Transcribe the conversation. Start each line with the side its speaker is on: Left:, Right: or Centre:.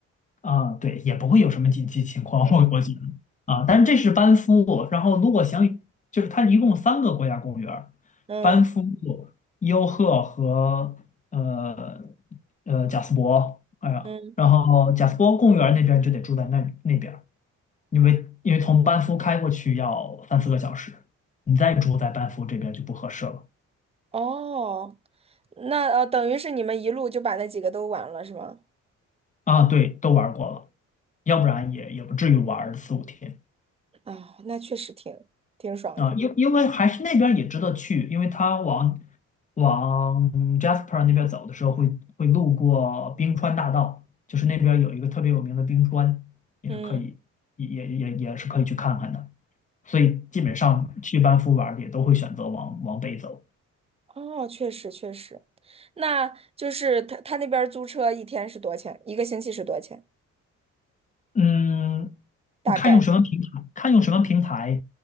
Left: 啊，对，也不会有什么紧急情况，我我觉得啊，但是这是班夫，然后如果想就是它一共三个国家公园儿，
Right: 嗯
Left: 班夫、优赫和呃呃贾斯伯，哎呀，
Right: 嗯，
Left: 然后贾斯伯公园儿那边儿就得住在那那边儿因为因为从班夫开过去要三四个小时，你再住在班夫这边就不合适了
Right: 哦，那呃，等于是你们一路就把那几个都玩了是吗？
Left: 啊，对，都玩儿过了，要不然也也不至于玩儿四五天。
Right: 啊、那确实挺挺爽的。
Left: 啊，因因为还是那边儿也值得去，因为它往往 Jasper 那边走的时候会会路过冰川大道，就是那边儿有一个特别有名的冰川，也是可以也也也也是可以去看看的。
Right: 嗯，
Left: 所以基本上去班夫玩儿的也都会选择往往北走。
Right: 哦，确实确实，那就是他他那边儿租车一天是多少钱？一个星期是多少钱？
Left: 嗯，
Right: 大概，
Left: 看用什么平台，看用什么平台，